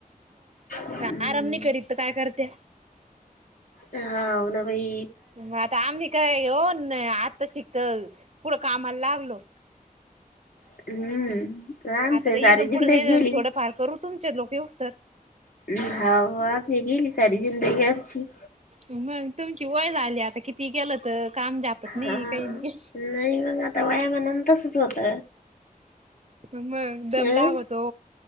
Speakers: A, on the left; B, on the right.
A: अम्.
B: आराम नाही करीत तर काय करत्या
A: हा हो ना भाई.
B: ग आता आम्ही काय येऊन आत्ता शिकत कुढं कामाला लागलो.
A: हम्म. आमची
B: आता का
A: सारी
B: येऊन
A: जिंदगी
B: पुढे नाही
A: गेली
B: थोडं फार करू तुमचे लोक येऊच तर.
A: म हा हो आ गेली सारी जिनंद की आमची.
B: मग तुमची वय झाली आता, किती गेलं तर काम जापत नाही
A: हा
B: काही नाही.
A: नाही मग आता वयामान तसच होत.
B: मग
A: अं
B: दम लाग होतो.